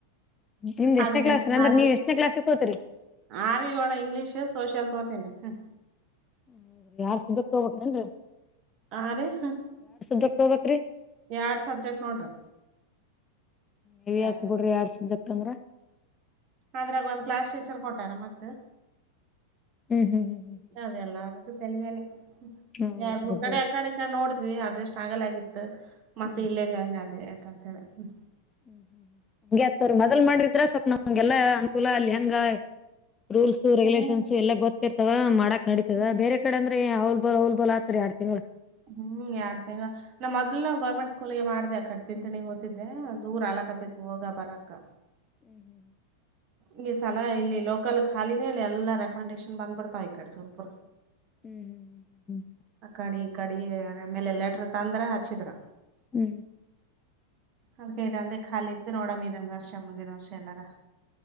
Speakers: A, on the left (about 20°); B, on the right (about 40°).
A: ನಿಮ್ದ್
B: ಅದ
A: ಎಷ್ಟನೇ
B: ಮೆಂಟೇನ್
A: ಕ್ಲಾಸ್ ಅಂದ್ರ
B: ಮಾಡ್ರಿ
A: ನೀವ್ ಎಷ್ಟನೇ ಕ್ಲಾಸ್ ತೋತಿರಿ
B: ಆರು ಏಳು ಇಂಗ್ಲೀಷು ಸೋಶಲ್ ತತನೆ ನಡಿ
A: ಹೌದ ಎರೆಡು ಸಬ್ಜೆಕ್ಟ್ ಹೋಗಬಕ್ನನ್ರರಿ
B: ಆ ರಿ ಹ
A: ಕೆಟ್ಟು ಹೊಗೆತ್ರಿ
B: ಎಲ್ಡ್ ಸಬ್ಜೆಕ್ಟ್ ನೋಡ್ರಿ
A: ಹೆವಿ
B: ಎಡ್
A: ಆತ್
B: ಸ
A: ಬಿಡ್ರಿ ಎರಡ್ ಸಬ್ಜೆಕ್ಟ್ ಅಂದ್ರ
B: ಆದ್ರಾಗ ಒಂದ್ ಕ್ಲಾಸ್ ಟೀಚರ್ ಕೊಟ್ಟಾರ ಮತ್ತ
A: ಹ್ಮ್ ಹ್ಮ್ ಹ್ಮ್ ಹ್ಮ್
B: ಅದ ಎಲ್ಲಗೂ ತಲೆ ಮೇಲೆ
A: ಹ್ಮ್
B: ಎಲ್ಡ್ಮರ್
A: ಹೌದೌದು
B: ಕಡೆ ಅಕಡೆ ಇಕಾಡಿ ನೋಡಿದ್ವಿ ಅರ್ಜಸ್್ ಆಗಲ್ಲ ಆತ್ತು ಮತ್ತೆ
A: ಹ್ಮ್
B: ಇಲ್ಲೇ ಜಾಯಿನ್ ಆದವಿ ಯಾಕಂತ ಹೇಳಿ್ಮ
A: ಹೂ ಹೂ ಹಂಗೆ ಆತ್ತವ್ರ ಮೊದಲ್ ಮಾಡಿದ್ರ ಸ್ವಲ್ಪ್ ನಮಗೆಲ್ಲಾ ಅನುಕೂಲ ಅಲ್ಲಿ ಹಂಗ ರೂಲ್ಸ್ು ರೆಗ್ಯುಲೇಷನ್ಸ್
B: ಹ್ಮ್
A: ಎಲ್ಲ ಗೊತ್ತರ್ತವ ಮಾಡಕ್ ನಡತದ
B: ಹ್ಮ್
A: ಬೇರೆ ಕಡೆ ಅಂದ್ರೆ ಏನು ಹ ಅವಲ್ ಬಾ ಹ್ಲ್ ಬಲ ಆತ್ರತ್ರಿರಡ್ ತಿಂಗಳು
B: ಹೂ ಯಾರ್ ತಿಂಗಳು ನಾ ಮೊದಲ್ ನಾವು ಗೌರ್ಮೆಂಟ್ ಸ್ಕೂಲ್ಗ ಮಾಡ್ದ ಆ ಕಡ್ತಂತ ನೀಿ ಓದ್ಿದ್ದ ಅ ದೂರ ಆಲಕತಿತ್ತು ಹೋಗ ಬರಕ್ಕ
A: ಹೂ ಹೂ
B: ಈಗೆ ಸಲ ಇಲ್ಲಿ ಲೋಕಲ್ ಖಾಲಿನೇಲ್ಲ ಎಲ್ಲಾ ರೆಕಮೆಂಡೇಶನ್ ಬಂದ್ಬಿಡ್ತಾವ ಈ ಕಡೆ ಸುರ್ಪುರ
A: ಹ್ಮ್ ಹ್ಮ್
B: ಅಕ್ಕಡಿ ಕಡಿ ಆಮೇಲೆ ಲೆಟ್ರ ತಂದ್ರ ಹಚ್ಚಿದ್ರ
A: ಹೂ
B: ಅದ್ಕ ಇದ ಅಂದೆ ಖಾಲ ಇತ್ತು ನೋಡಮ್ ಇದೊಂದ್ ವರ್ಷ ಮುಂದಿನ ವರ್ಷ ಎಲ್ಲಾರ